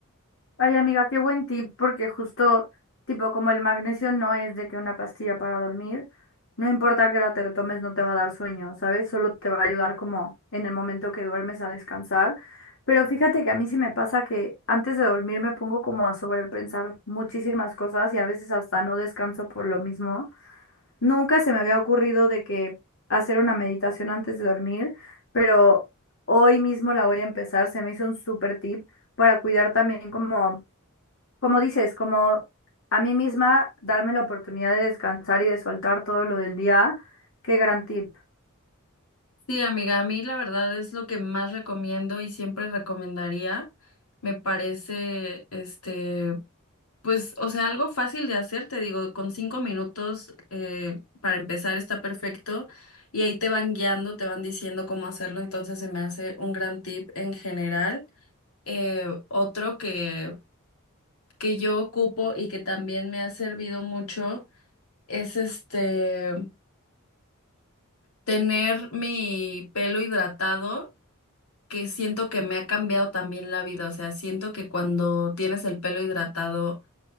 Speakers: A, on the left (about 65°); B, on the left (about 85°).
A: Ay, amiga, qué buen tip, porque justo, tipo, como el magnesio no es de que una pastilla para dormir, no importa que hora te lo tomes, no te va a dar sueño, ¿sabes? Solo te va a ayudar como en el momento que duermes a descansar. Pero fíjate que a mí sí me pasa que antes de dormir me pongo como a sobrepensar muchísimas cosas y a veces hasta no descanso por lo mismo. Nunca se me había ocurrido de que hacer una meditación antes de dormir, pero hoy mismo la voy a empezar. Se me hizo un súper tip para cuidar también como como dices, como a mí misma darme la oportunidad de descansar y de soltar todo lo del día, qué gran tip.
B: Sí, amiga, a mí la verdad es lo que más recomiendo y siempre recomendaría. Me parece, este, pues, o sea, algo fácil de hacer, te digo, con cinco minutos eh, para empezar está perfecto y ahí te van guiando, te van diciendo cómo hacerlo, entonces se me hace un gran tip en general. Eh, otro que que yo ocupo y que también me ha servido mucho es este tener mi pelo hidratado, que siento que me ha cambiado también la vida. O sea, siento que cuando tienes el pelo hidratado,